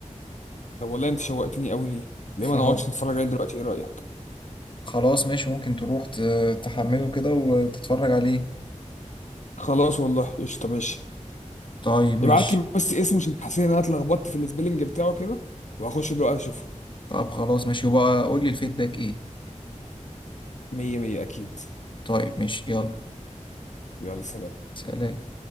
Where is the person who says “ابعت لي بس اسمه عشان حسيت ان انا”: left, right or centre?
Left